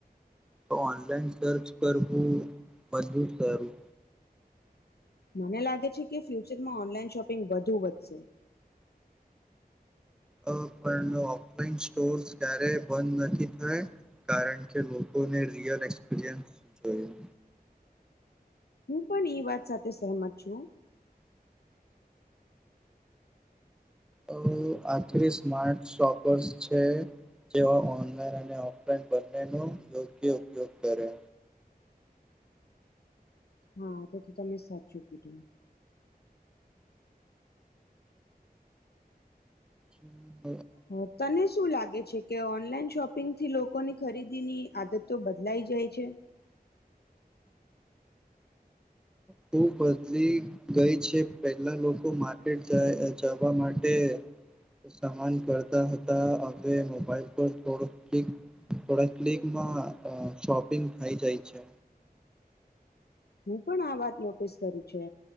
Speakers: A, in the centre; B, on the left.
A: તો ઓનલાઈન સર્ચ કરવું મજબુત કરું.
B: મને લાગે છે કે ફ્યુચરમાં ઓનલાઈન શોપ પિંગ વધુ વધશે.
A: અ પણ ઓફલાઈન સ્ટોર્સ ક્યારેય બંધ નથી થયા કારણ કે લોકોને રિયલ એક્સપિરિયન્સ જોયું.
B: હું પણ એઈ વાત સાથે સહમત છું.
A: અ આખરી સ્માર્ટ શોપર્સ છે જેઓ ઓનલાઈન અને ઓફલાઈન બંનેનો યોગ્ય ઉપયોગ કરે.
B: હા તો ત તમે સાચું કીધું.
A: હમ.
B: હ તને શું લાગે છે? કે ઓનલાઈન શોપિંગ થી લોકોની ખરીદી ની આદતો બદલાઈ જાય છે.
A: ખુબ બદલી ગઈ છે પેલા લોકો માર્કેટ જાય જવા માટે સામાન કરતા હતા અવે મોબાઈલ પર થો ક્લિક થોડા ક્લિકમાં શોપિંગ થઈ જાય છે.
B: હું પણ આ વાત નોટિસ કરુ છે.